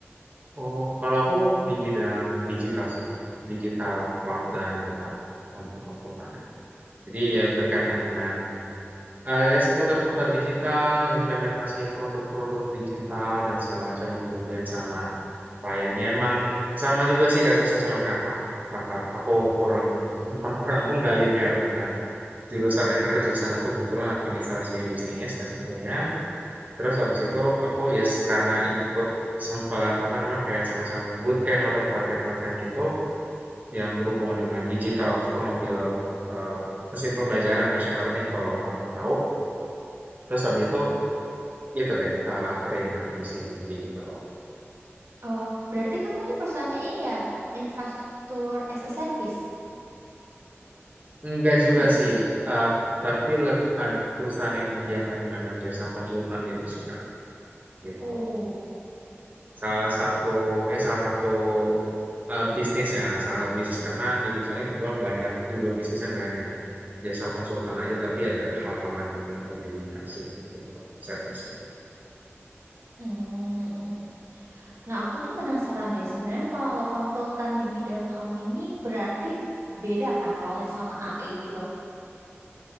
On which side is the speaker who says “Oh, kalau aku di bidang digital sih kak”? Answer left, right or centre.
Right